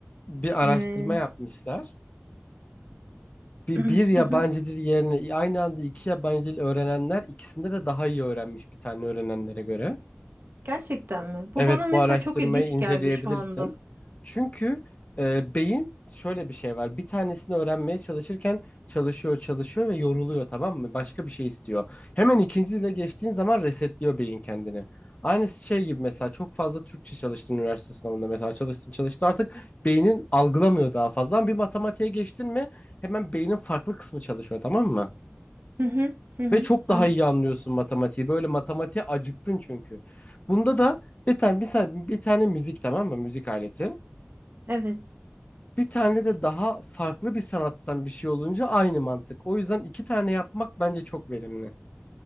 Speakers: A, on the left (about 35°); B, on the right (about 55°).
A: bir araştırma
B: e,
A: yapmışlar. Bir,
B: <clears throat>
A: bir yabancı dil yerine aynı anda iki yabancı dil öğrenenler ikisinde de daha iyi öğrenmiş bir tane öğrenenlere göre.
B: gerçekten mi? Bu
A: Evet,
B: bana mesela
A: bu araştırmayı
B: çok ilginç
A: inceleyebilirsin.
B: geldi şu anda.
A: Çünkü e, beyin şöyle bir şey var. Bir tanesini öğrenmeye çalışırken çalışıyor, çalışıyor ve yoruluyor tamam mı? Başka bir şey istiyor. Hemen ikincisiyle geçtiğin zaman resetliyor beyin kendini. Aynı şey gibi mesela çok fazla Türkçe çalıştın üniversite sınavında mesela çalıştın çalıştın artık beynin algılamıyor daha fazla. Ama Bir matematiğe geçtin mi hemen beynin farklı kısmı çalışıyor tamam mı?
B: Hı hı, hı hı,
A: Ve çok
B: anladım.
A: daha iyi anlıyorsun matematiği. Böyle matematiğe acıktın çünkü. Bunda da bir tane, bir tane, bir tane müzik tamam mı? Müzik aleti.
B: Evet,
A: Bir tane de daha farklı bir sanattan bir şey olunca aynı mantık. O yüzden iki tane yapmak bence çok verimli.